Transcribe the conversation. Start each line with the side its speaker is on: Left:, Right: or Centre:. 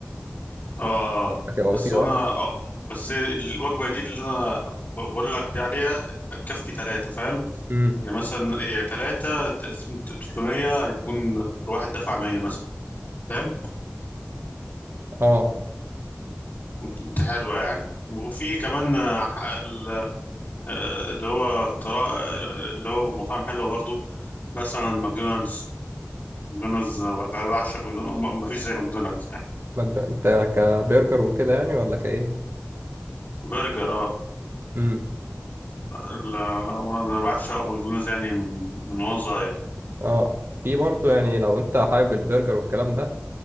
Left: اه
Right: هتبقى
Left: بس
Right: مفيدة
Left: انا
Right: أكتر
Left: اه، بس الوجبة دي اللي انا بقول لك دي عليها تكفي ثلاثة فاهم
Right: امم
Left: يعني مثلا ثلاثة 300 هيكون الواحد دفع 100 مثلا فاهم
Right: اه
Left: كنت حلوة يعني وفي كمان آه، ح- ال- آه، اللي هو اختراع آه، اللي هو مطاعم حلوة برضو مثلا ماكدونالدز ماكدونالدز آه، بعشق ماكدونالدز ما ما فيش زي ماكدونالدز يعني
Right: مجد أنت كبرجر وكده يعني ولا كإيه؟
Left: برجر اه
Right: امم
Left: ال- انا بعشق ماكدونالدز يعني من من وانا صغير
Right: اه في برضه يعني لو أنت حابب البرجر والكلام ده